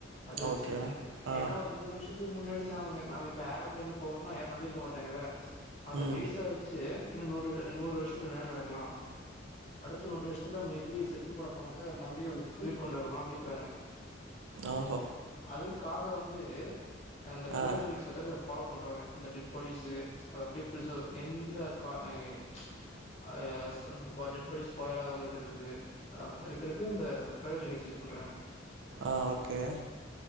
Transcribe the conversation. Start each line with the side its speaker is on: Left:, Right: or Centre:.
Left: அது வச்சு
Right: ஓகே ஆ
Left: ஏனா ஒரு நூறு வருஷத்துக்கு முன்னாடி நாங்க நாம இப்ப ஏரோ ப்ளேன்ல போவோன்டு யாரு நம்பிருக்க மாட்டங்கல்ல அத
Right: ம்
Left: பேஸா வச்சு இன்னு நூறு நூறு வருஷத்துல என்ன நடக்கலா அடுத்த நூறு வருஷத்துல மேபி செத்து போன பொணத்த மறுபடியு உயிர் கொண்டு வரலா அப்டிங்கிறாங்க
Right: ஆஹோ
Left: அதுக்காக வந்து அந்த க்ரயோஜனிக்ஸ்
Right: ஆ
Left: மெத்தேட இது ஃபாலோ பண்றாங்க அந்த டெட் பாடிஸ்சு அத அப்டி ப்ரிசர்வ் எந்த காய் அ ஸ் அந்த டெட் பாடிஸ் ஸ்பாய்ல் ஆகாம இருக்கிறதுக்கு ஆ இருக்கருக்கு இந்த க்ரயோஜெனிக்ஸ் யூஸ் பண்றாங்க
Right: ஆ ஓகே